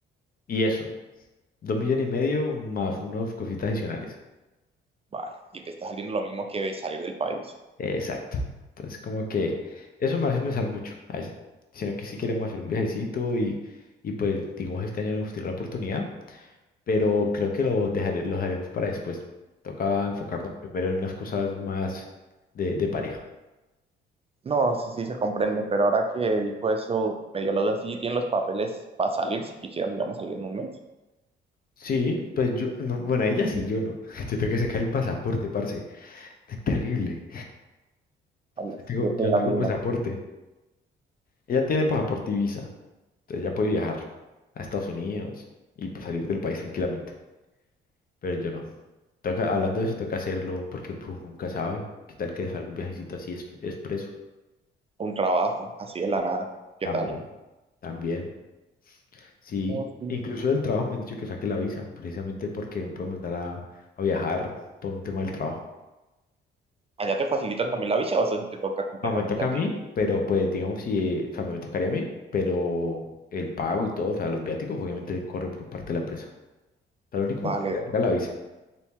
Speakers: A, on the left; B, on the right.
A: Y eso, dos millones y medio más unas cositas adicionales.
B: Vale, y te está saliendo lo mismo que salir del país.
A: Exacto. Entonces, como que eso me hace pensar mucho a veces. Sino que sí queremos hacer un viajecito y, y pues, digamos, este año no hemos tenido la oportunidad, pero creo que lo dejaré, lo haremos para después. Toca enfocarnos primero en unas cosas más de, de pareja.
B: No, sí, sí, se comprende, pero ahora que dijo eso, me dio la duda, ¿sí tienen los papeles para salir si quisieran, digamos, salir en un mes?
A: Sí, pues yo, no, bueno, ella sí, yo no. <laughs> Yo tengo que sacar el pasaporte, parce. Es terrible.
B: Habla,
A: Yo tengo,
B: Yo
A: yo
B: estoy en
A: no
B: la
A: tengo
B: misma,
A: pasaporte. Ella tiene pasaporte y visa. Entonces ya puede viajar a Estados Unidos y pues salir del país tranquilamente. Pero yo no. Toca- hablando de eso, toca hacerlo porque pues, uno nunca sabe. ¿Qué tal que les salga un viajecito así es, expreso?
B: un trabajo, así de la nada, ¿qué
A: También,
B: tal?
A: también. Sí,
B: No, sí.
A: incluso del trabajo me han dicho que saque la visa, precisamente porque me pueden mandar a, a viajar por un tema del trabajo.
B: ¿Allá te facilitan también la visa o eso sí te toca completamente
A: No, me toca
B: a
A: a mí,
B: ti?
A: pero pues digamos, si, o sea, me tocaría a mí, pero el pago y todo, o sea, los viáticos obviamente corre por parte de la empresa. O sea, lo único
B: Vale,
A: que te queda es pagar la visa.